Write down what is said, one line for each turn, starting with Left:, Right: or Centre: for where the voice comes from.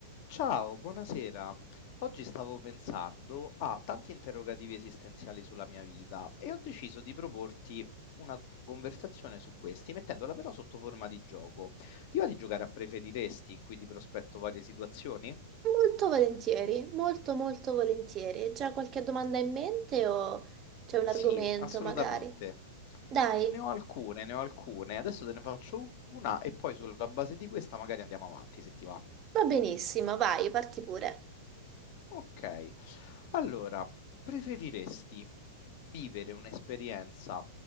Left: Ciao, buonasera. Oggi stavo pensando a tanti interrogativi esistenziali sulla mia vita e ho deciso di proporti una conversazione su questi, mettendola però sotto forma di gioco. Ti va di giocare a preferiresti, in cui ti prospetto varie situazioni?
Right: Molto volentieri, molto molto volentieri. Hai Già qualche domanda in mente o c'è un
Left: Sì,
Right: argomento
Left: assolutamente.
Right: magari? Dai,
Left: Ne ho alcune, ne ho alcune. Adesso te ne faccio una e poi sulla base di questa magari andiamo avanti, se ti va.
Right: va benissimo, vai, parti pure.
Left: Ok, allora, preferiresti vivere un'esperienza